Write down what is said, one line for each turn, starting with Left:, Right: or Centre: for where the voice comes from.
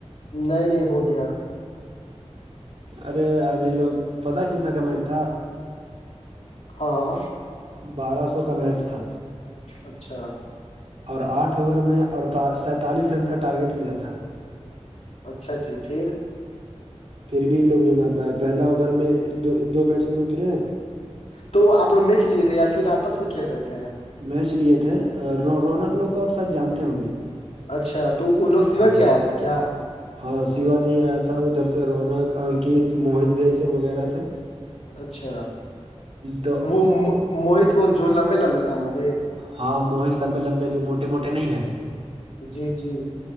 Left: نہیں نہیں ہو گیا
Right: ارے آجھی لوگ پتا کتنا کمائی تھا
Left: ہاں
Right: بارہ سو کا میچ تھا
Left: اچھا
Right: اور آٹھ اوور میں اڑ سینتالیس رن کا ٹارگیٹ ملا تھا
Left: اچھا جی پھر
Right: پھر بھی لوگ نہیں مار پاائے پہلا اوور میں دو بیٹس مین اترے ہیں
Left: تو آپ لوگ میچ لیے تھے یا پھر آپس میں کھیل رہے تھے
Right: میچ لیے تھے رونق لوگ کو آپ ساتھ جانتے ہوں گے
Left: اچھا تو ان لوگ سیوا
Right: ہاں
Left: جی آیا تھا کیا
Right: ہاں شیوا جی ہی آیا تھا ادھر سے رونق انکت موہت بھی یہ سب وغیرہ تھے
Left: اچھا
Right: تو
Left: وہ موہت کون جو لمبے لمبے تھا موہت
Right: ہاں موہت لمبے لمبے جو موٹے موٹے نہیں ہے
Left: جی جی